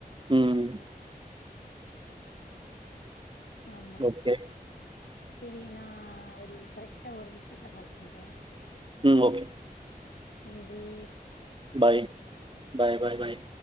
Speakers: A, on the right; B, on the left.
A: உம்
B: ஆமா
A: ஓகே
B: செரி நா ஒரு கரெக்டா ஒரு நிமிஷத்துல கால் பண்றே
A: ம் ஓகே
B: நன்றி
A: பாய் பாய் பாய் பாய்